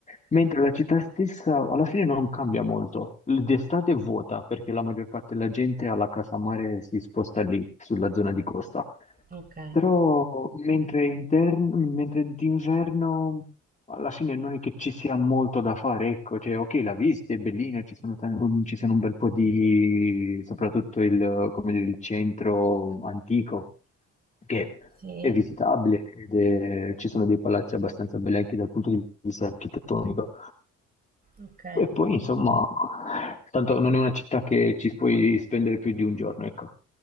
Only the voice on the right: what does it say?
Ok.
Sì.
Ok,